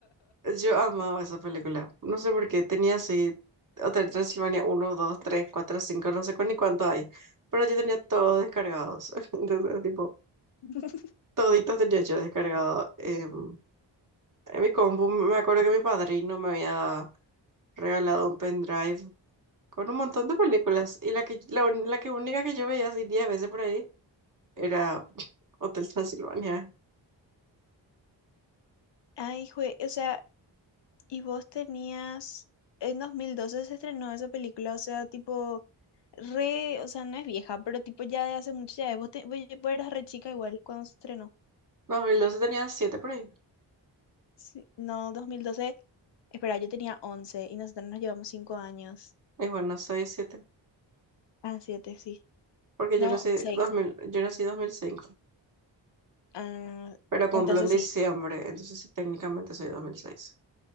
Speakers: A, on the right; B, on the left.
A: <laughs> Yo amaba esa película. No sé por qué. Tenía así Hotel Transilvania uno 2 3 4 5 no sé cu- ni cuánto hay. Pero yo tenía todos descargados. <laughs> Entonces, tipo,
B: <laughs>
A: toditos tenía yo descargado. em, en mi compu me acuerdo que mi padrino me había regalado un pendrive con un montón de películas. Y la que, la, un- la que única que yo veía así 10 veces por ahí era <laughs> Hotel Transilvania.
B: Ay, jue, o sea, Y vos tenías, en 2012 se estrenó esa película, o sea, tipo, re, o sea, no es vieja, pero tipo ya de hace mucho ya es. Vos, te- vos vos eras re chica igual cuando se estrenó.
A: No, y luego tenía 7 por ahí.
B: Sí, no, dos mil doce espera, yo tenía 11 y nosotros nos llevamos 5 años.
A: Igual no soy siete,
B: Ah, 7 sí.
A: porque
B: No,
A: yo nací
B: seis
A: dos mil yo nací dos mil cinco
B: Ah,
A: pero cumplo
B: entonces
A: en diciembre,
B: sí,
A: entonces sí, técnicamente soy dos mil seis